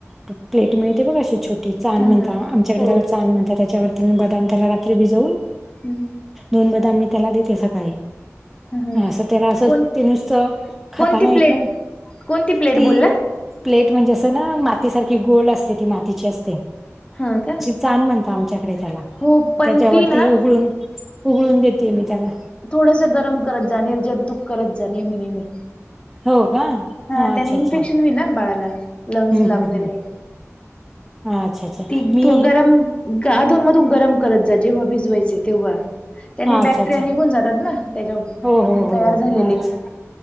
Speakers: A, in the centre; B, on the left.
A: प्लेट मिळते बघ अशी छोटी चान
B: हा
A: म्हणता,
B: हा
A: आमच्याकडे
B: हो
A: त्याला चान, म्हणता, त्याच्यावरती म बदाम त्याला रात्री भिजवून
B: हूं
A: दोन बदाम मी त्याला देते सकाळी.
B: हा हा
A: असं त्याला असं
B: कोण
A: ते नुसतं खाता
B: कोणती
A: नाही
B: प्लेट
A: येत ना.
B: कोणती प्लेट
A: ती
B: बोलल?
A: प्लेट म्हणजे असं ना, माती सारखी गोल असते ती, मातीची असते.
B: हा का
A: चाान म्हणता आमच्याकडे त्याला,
B: हो पण
A: त्याच्यावरती
B: ती ना
A: उगळून उगळून देतीय मी त्याला.
B: थोडसं गरम करत जा निर्जंतूक करत जा नेहमी, नेहमी.
A: हो का
B: हा
A: अच्छा
B: त्याने इन्फेक्शन
A: अच्छा
B: होईन बाळाला. लंग्स
A: हम्म
B: ला
A: हम्म
B: वगैरे
A: हम्म अच्छा अच्छा
B: ती
A: मी
B: तो गरम अधून मधून गरम करत जा, जेव्हा भिजवायचे तेव्हा. त्याने
A: हा अच्छा
B: बॅक्टेरिया
A: अच्छा
B: निघून जातात ना, त्याच्या
A: हो हो
B: झ
A: हो
B: तयार झालेले
A: हो अच्छा